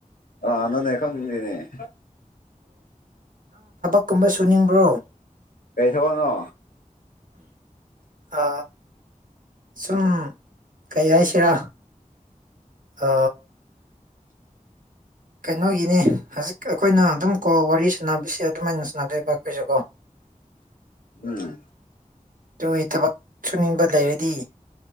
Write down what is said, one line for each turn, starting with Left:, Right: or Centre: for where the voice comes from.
Left: ꯑꯅꯅꯦ ꯈꯅꯦ
Right: ꯀꯨꯝꯕ ꯁꯨ ꯅꯤꯡꯕ꯭ꯔꯣ
Left: ꯀꯩ ꯊꯕꯅ
Right: ꯑ ꯁꯨꯝ ꯀꯩ ꯍꯥꯏꯥꯏꯁꯤꯔꯥ ꯑ ꯀꯩꯅꯣꯒꯤꯅꯦ ꯍꯧꯖꯤꯛ ꯑꯩꯈꯣꯏꯅ ꯑꯗꯨꯝ ꯀꯣ ꯋꯥꯔꯤ ꯁ ꯁꯅꯥꯕꯤꯁꯤ ꯑꯗꯨꯃꯥꯏꯅ ꯁꯅꯗꯕ ꯀꯣꯏꯖꯒꯣ
Left: ꯎꯝ
Right: ꯑꯗꯨꯒꯤ ꯊꯕꯛ ꯁꯨꯅꯤꯡꯕ ꯂꯩꯔꯗꯤ